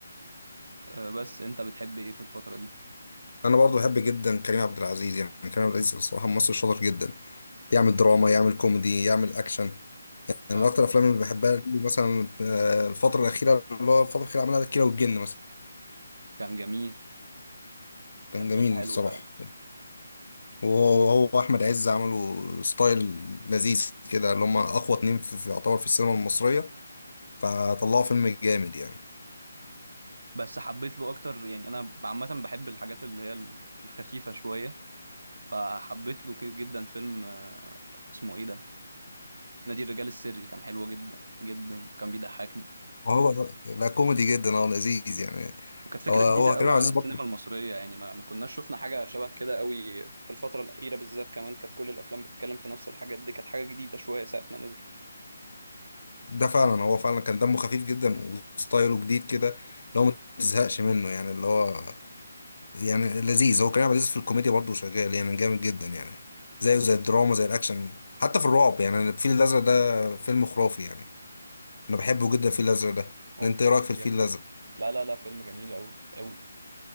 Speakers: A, on the right (about 80°); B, on the left (about 65°).
A: آه، بس انت بتحب ايه في الفتره دي
B: انا برضو بحب جدا كريم عبد العزيز يعني كريم عبد العزيز الصراحه ممثل شاطر جدا يعمل دراما يعمل كوميدي يعمل اكشن يعني
A: اه
B: من اكتر الافلام اللي بحبها ليه مثلا آه، الفتره الاخيره اللي هو الفتره الاخيره عملها الكيرة والجن مثلا
A: كان جميل
B: كان
A: كان فيلم
B: جميل
A: حلو
B: الصراحه
A: فعلا
B: وهو احمد عز عملوا ستايل لذيذ كده اللي هم اقوى اتنين في في- يعتبر في السينما المصريه فطلعوا فيلم جامد يعني
A: بس حبيت له اكتر يعني انا عامه بحب الحاجات اللي هي ال- الخفيفه شويه فحبيت له ك- جدا فيلم آه، اسمه ايه ده نادي الرجال السري كان حلو جدا جدا كان بيضحكني
B: وهو لا كوميدي جدا هو لذيذ يعني
A: وكانت فكرة
B: هو هو
A: جديدة قوي
B: كريم عبد
A: على
B: العزيز
A: السينما
B: برضه
A: المصرية يعني ما, ما كناش شفنا حاجة شبه كده قوي في الفترة الأخيرة بالذات كمان كانت كل الأفلام بتتكلم في نفس الحاجات دي كانت حاجة جديدة شوية ساعة ما نزل
B: ده فعلا هو فعلا كان دمه خفيف جدا وستايله جديد كده اللي هو ما تزهقش منه يعني اللي هو يعني لذيذ هو كريم عبد العزيز في الكوميديا برضه شغال يعني جامد جدا يعني زيه زي الدراما زي الاكشن حتى في الرعب يعني الفيل الازرق ده فيلم خرافي يعني انا بحبه جدا الفيل الازرق ده
A: هو
B: انت
A: فيلم
B: ايه رايك في الفيل
A: جميل
B: الازرق
A: لا لا لا فيلم جميل قوي قوي